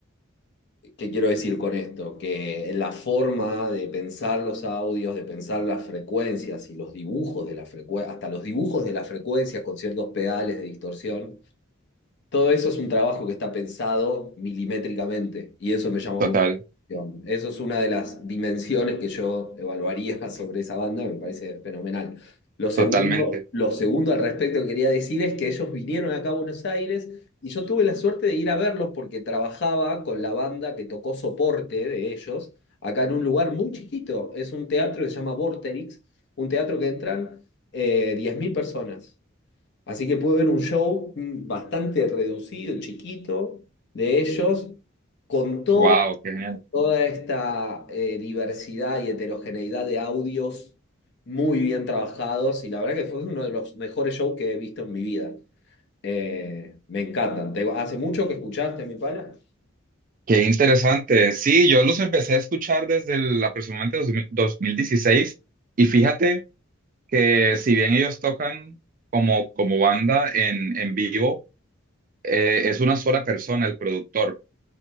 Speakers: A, on the left; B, on the right.
A: ¿Qué quiero decir con esto? Que la forma de pensar los audios, de pensar las frecuencias y los dibujos de la frecuencia, hasta los dibujos de las frecuencias con ciertos pedales de distorsión, todo eso es un trabajo que está pensado milimétricamente y eso me llama
B: total,
A: mucho la atención. Eso es una de las dimensiones que yo evaluaría <laughs> sobre esa banda, me parece fenomenal. Lo segundo,
B: totalmente.
A: lo segundo al respecto que quería decir es que ellos vinieron acá a Buenos Aires y yo tuve la suerte de ir a verlos porque trabajaba con la banda que tocó soporte de ellos acá en un lugar muy chiquito. Es un teatro que se llama Vorterix, un teatro que entran eh, 10.000 personas. Así que pude ver un show mm, bastante reducido, chiquito, de ellos, con to-
B: Wow, qué genial.
A: toda esta eh, diversidad y heterogeneidad de audios muy bien trabajados. Y la verdad que fue uno de los mejores shows que he visto en mi vida. Eh, me encantan. ¿Te- ¿hace mucho que escuchaste a mi pala?
B: Qué interesante. Sí, yo los empecé a escuchar desde el, aproximadamente dos mil- 2016 y fíjate que si bien ellos tocan como, como banda en, en vivo, eh, es una sola persona, el productor,